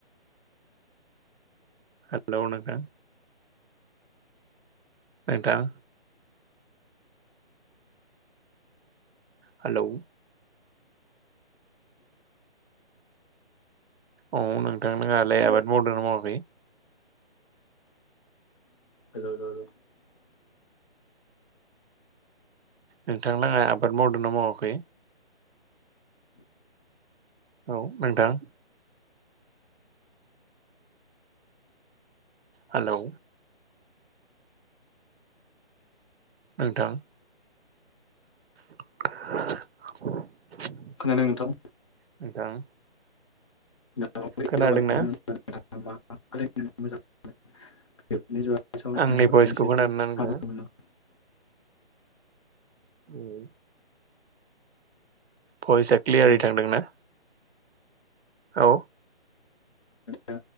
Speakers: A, on the right; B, on the left.
A: हेलौ नोंथां नोंथां हालौ औ नोंथां नोङालाय आबाद मावदों मावाखै?
B: <unintelligible>
A: नोंथांलाहा आबाद मावदोंना मावाखै? औ नोंथां। हेलौ नोंथां <inaudible>
B: खोनादों नोंथां
A: नोंथां
B: दावगालांगोन
A: खोनादोंं ना?
B: <unintelligible> <unintelligible>
A: आंनि भइसखौ खोनादोंना नोंथाङा उम। भइसा क्लियारै
B: औ
A: थांदों ना? औ।
B: दा